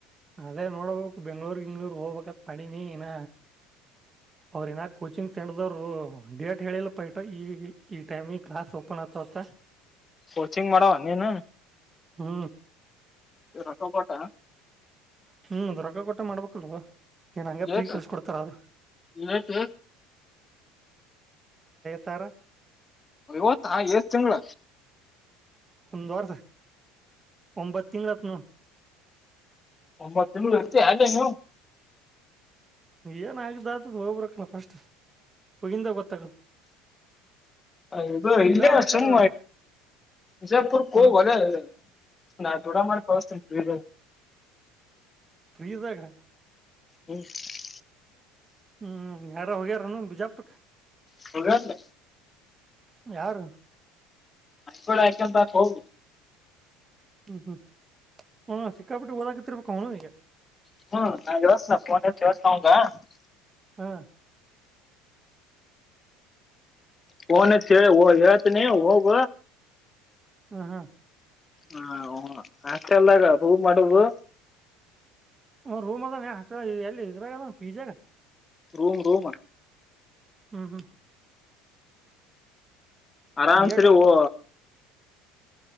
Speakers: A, on the right; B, on the left.
A: ಅದೇ ನೋಡ್ಬೇಕು ಬೆಂಗ್ಳೂರ್ ಹಿಂಗ್ಳೂರ್ ಹೋಗ್ಬೇಕತ್ ಮಾಡಿನಿ ಇನ. ಅವ್ರ ಏನಾಗ್ ಕೋಚಿಂಗ್ ಸೆಂಟರ ದವರು ಡೇಟ್ ಹೇಳಿಲ್ಲಪಾ ಈ ಈ ಟೈಮಿ ಕ್ಲಾಸ್ ಓಪನ್ ಆತವತ್ತಂ.
B: ಕೋಚಿಂಗ್ ಮಾಡವ ನೀನು.
A: ಹ್ಮ.
B: ರೊಕ್ಕ ಕೊಟ್ಟು.
A: ಹ್ಮ್ ರೊಕ್ಕ ಕೊಟ್ಟೆ ಮಾಡ್ಬೇಕಲ್ವ ಏನ್ ಹಂಗೆ ಪ್ರೀ
B: ಏಟು
A: ಕೆಲ್ಸಿ ಕೊಡ್ತಾರ ಅವರು.
B: ಏಟು
A: ಸಾವಿರ
B: ಇವತ್ ಎಷ್ಟ ತಿಂಗಳ.
A: ಒಂದ್ ವರ್ಸ ಒಂಬತ್ತು ತಿಂಗಳ ಅಂತ‌ ನೊಡಿ.
B: ಒಂಬತ್ ತಿಂಳ ಇರ್ತಿ ಅಲ್ಲೇ ನೀನು.
A: ಏನ್ ಆಗಿದೆ ಆತದ ಹೋಗ್ಬರಕ್ಕಲ್ಲ ಫಸ್ಟ್ ಹೋಗಗಿಂದಾಗ ಗೊತ್ತಾಗದ.
B: ಅದು ಇದು ಇಲ್ಲೇ
A: ಇರಬೇಕಲ್ಲ
B: ಸುಮ್
A: ರೊಕ್ಕ
B: ವಿಜಯಪುರಕ
A: ಹಾ
B: ಹೋಗು ಅಲ್ಲೇ. ನಾನ್ ದದುಡ ಮಾಡಿ ಕಳಸ್ತಿನೀ ಫ್ರೀ ದಾಗ.
A: ಫ್ರೀ ದಾಗ.
B: ಹ್ಮ್. <inaudible>
A: ಹ್ಮ್ ಯಾರು ಹೋಗ್ಯಾರನು ಬಿಜಾಪುರ್ಕ್ಕೆ.
B: ಸೂರತ್
A: ಯಾರ
B: ಅಕಳ ಹಾಕಂತಾ ಹೋಗ
A: ಹ್ಮ ಹ್ಮ ಹ ಸಿಕ್ಕಾಪಟ್ಟ ಓದಾಕತಿರ್ಬೇಕ ಅವ ಇಗ
B: <unintelligible>
A: ಹಾ
B: ಫೋನ್ ಹಚ್ಚಿ ಓ ಹೇಳ್ತನಿ ಹೋಗ
A: ಹ್ಮ ಹಾ
B: ಹ ಹ್ಮ ಹಾಸ್ಟೆಲಾಗ ಹೂ ಮಾಡುದು
A: ಅ ರೂಮ ಅದನ ಹಾಸ್ಟೆ ಎಲ್ಲಿ ಇದ್ರಾಗದ ಪಿಜಾಗ
B: ರೂಮ್ ರೂಮ
A: ಹ್ಮ ಹ್ಮ ಹ್ಮ್
B: ಆರಾಮ್ಸರೀ
A: ಏಟ್ ಅದ್
B: ಓ